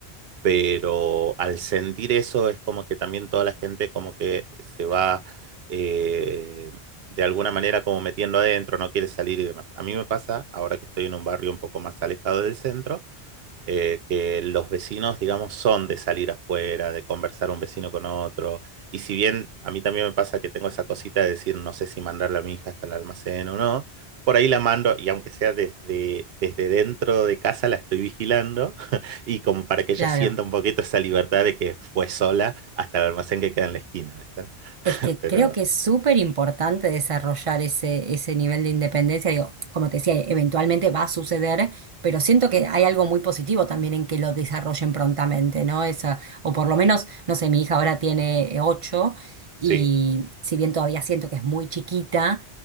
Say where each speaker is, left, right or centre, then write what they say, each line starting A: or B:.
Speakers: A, on the right (about 65°); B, on the right (about 45°).
A: pero al sentir eso es como que también toda la gente como que se va eh, de alguna manera como metiendo adentro, no quiere salir y demás. A mí me pasa, ahora que estoy en un barrio un poco más alejado del centro, eh, que los vecinos, digamos, son de salir afuera, de conversar un vecino con otro. Y si bien a mí también me pasa que tengo esa cosita de decir, no sé si mandarle a mi hija hasta el almacén o no, por ahí la mando y aunque sea desde, desde dentro de casa la estoy vigilando <laughs> y como para que ella
B: claro.
A: sienta un poquito esa libertad de que fue sola hasta el almacén que queda en la esquina, ¿viste? <laughs>
B: Es que
A: Pero
B: creo que es súper importante desarrollar ese, ese nivel de independencia. Digo, como te decía, eventualmente va a suceder, pero siento
A: ujú,
B: que hay algo muy positivo también en que lo desarrollen prontamente, ¿no? Esa, o por lo menos, no sé, mi hija ahora tiene eh, ocho y
A: sí,
B: si bien todavía siento que es muy chiquita,